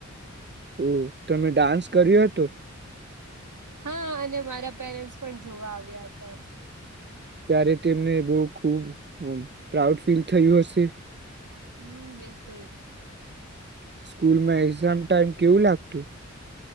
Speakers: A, on the right; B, on the right.
A: હમ. તમે ડાન્સ કર્યો હતો?
B: હા અને મારા પેરેન્ટ્સ પણ જોવા આવ્યા હતા.
A: ત્યારે તેમને બહ ખુબ પ્રાઉડ ફીલ થયું હશે.
B: હમ બિલકુલ.
A: સ્કૂલમાં એક્ઝામ ટાઈમ કેવું લાગતું?